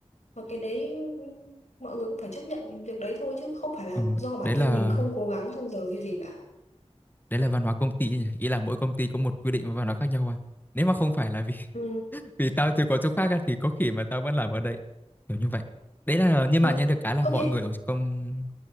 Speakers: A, on the left; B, on the left.
A: và cái đấy mọi người cũng phải chấp nhận việc đấy thôi chứ không phải là
B: Ờ,
A: do bản
B: đấy
A: thân
B: là
A: mình không cố gắng trong giờ hay gì cả
B: đấy là văn hóa công ty nhỉ ý là mỗi công ty có một quy định và văn hóa khác nhau à nếu mà không phải là vì
A: Ừ.
B: <laughs> vì tao từ có chỗ khác à, thì có khi mà tao vẫn làm ở đây kiểu như vậy đấy là nhưng
A: ừ.
B: mà nhận được cái là
A: công
B: mọi
A: ty
B: người ở công